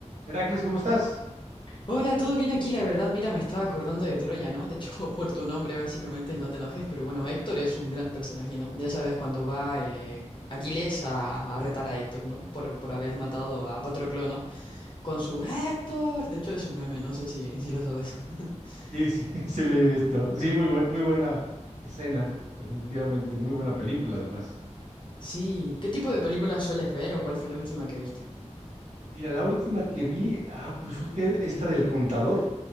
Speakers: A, on the right (about 80°); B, on the left (about 40°).
A: Heracles, ¿cómo estás?
B: Hola, ¿todo bien aquí? La verdad, mira, me estaba acordando de Troya, ¿no? De hecho, <laughs> por tu nombre, básicamente, no te enojes, pero bueno, Héctor es un gran personaje, ¿no? Ya sabes, cuando va eh, Aquiles a, a retar a Héctor, ¿no? Por, por haber matado a Patroclo, ¿no? Con su Héctor. De hecho, es un meme, no sé si, si lo sabes. <laughs>
A: Sí, sí, <laughs> sí leí de esto. Sí, muy buen, muy buena escena, definitivamente, muy buena película además.
B: Sí, ¿qué tipo de películas sueles ver o cuál fue la última que viste?
A: Mira, la última que vi, ah, pues fue que esta del Contador,